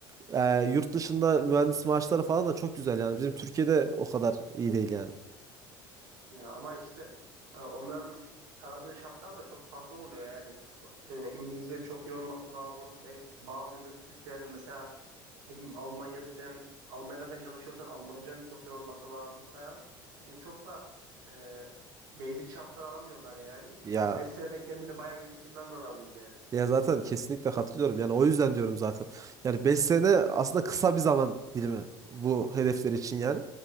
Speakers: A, on the right; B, on the right.
A: ee, yurt dışında mühendis maaşları falan da çok güzel yani. Bizim Türkiye'de o kadar iyi değil yani.
B: Ya ama işte e, onların aradığı şartlar da çok fazla oluyor yani. E, İngilizcenin çok iyi olması lazım. Belki bazı ünü- ülkelerin mesela ne bileyim Almanya'nın falan Almanya'da falan çalışıyorsan Almancanın çok iyi olması lazım falan. Yani çok da e, basic şartlar aramıyorlar yani.
A: Ya
B: O 5 senede kendini bayağı geliştirmen lazım yani.
A: ya zaten kesinlikle katılıyorum. Yani o yüzden diyorum zaten. Yani 5 sene aslında kısa bir zaman dilimi bu hedefler için yani.